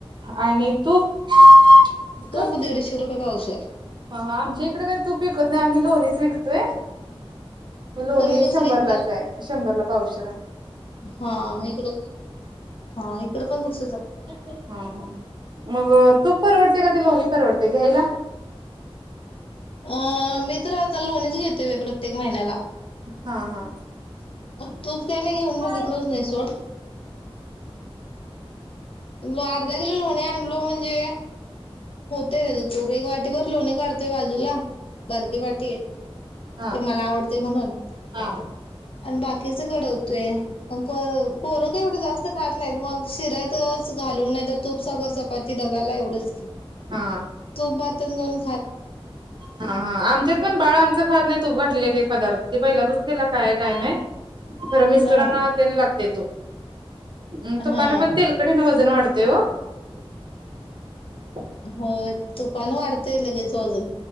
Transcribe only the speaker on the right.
आणि तूप, आरं
गप की.
हा हा आमच्या इकड काय तूप विकत नाही आम्ही लोणीच विकतोय. लोणी
शंभरलाचाय,
शंभरला पावशर हाय
हा हा मग तूप परवड का ते लोणी परवडते घ्यायला?
हा हा
हा
हा
हा
हा
हा हा आमच्यात पण बाळ आमच खत नाही तूप घातलेल एक एक पदार्थ ते पहिल्यापसन त्याला काय हाय काय माहित खरं मिस्टरांना
तेन लाग देतो. म् तुपान
पण तेलकट हेन पण वजन वाढ <unintelligible>